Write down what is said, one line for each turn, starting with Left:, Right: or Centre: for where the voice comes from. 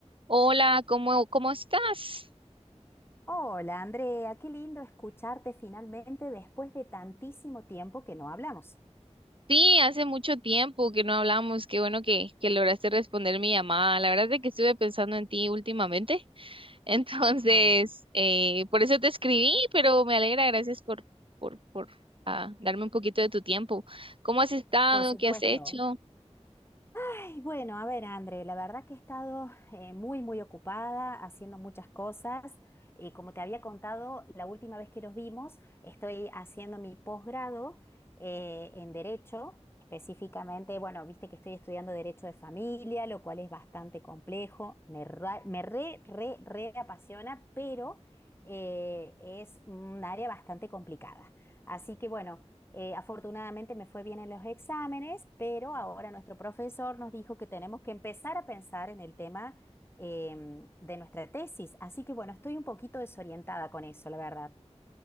Right: Hola, ¿cómo, cómo estás?
Left: Hola Andrea, qué lindo escucharte finalmente después de tantísimo tiempo que no hablamos.
Right: Sí, hace mucho tiempo que no hablamos. Qué bueno que, que lograste responder mi llamada. La verdad es que estuve pensando en ti últimamente. <laughs> Entonces,
Left: Ah,
Right: eh, por eso te escribí, pero me alegra. Gracias por, por, por ah, darme un poquito de tu tiempo. ¿Cómo has estado?
Left: por supuesto.
Right: ¿Qué has hecho?
Left: Ay, bueno, a ver, André, la verdad que he estado eh, muy, muy ocupada haciendo muchas cosas. Eh, como te había contado, la última vez que nos vimos, estoy haciendo mi posgrado eh, en Derecho, específicamente, bueno, viste que estoy estudiando Derecho de Familia, lo cual es bastante complejo, me, ra- me re, re, re apasiona, pero eh, es un área bastante complicada. Así que bueno. Eh, afortunadamente me fue bien en los exámenes, pero ahora nuestro profesor nos dijo que tenemos que empezar a pensar en el tema em, de nuestra tesis. Así que bueno, estoy un poquito desorientada con eso, la verdad.